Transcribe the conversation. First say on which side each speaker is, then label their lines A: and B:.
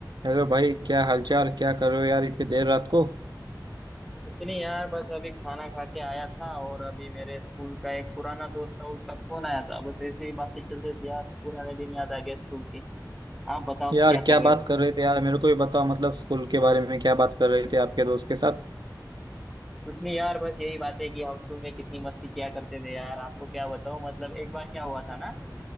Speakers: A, on the right; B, in the centre.
A: Hello भाई क्या हालचाल क्या कर रहे हो यार इतनी देर रात को
B: कुछ नहीं यार बस अभी खाना खा के आया था और अभी मेरे स्कूल का एक पुराना दोस्त था उसका फोन आया था बस ऐसे ही बातें चल रही थी यार पुराने दिन याद आ गया स्कूल की आप बताओ
A: यार
B: क्या कर
A: क्या
B: रहे
A: बात
B: हो
A: कर रहे थे यार मेरे को भी बताओ मतलब स्कूल के बारे में क्या बात कर रहे थे आपके दोस्त के साथ
B: कुछ नहीं यार बस यही बात है कि हम स्कूल में कितनी मस्ती किया करते थे यार आपको क्या बताऊं मतलब एक बार क्या हुआ था ना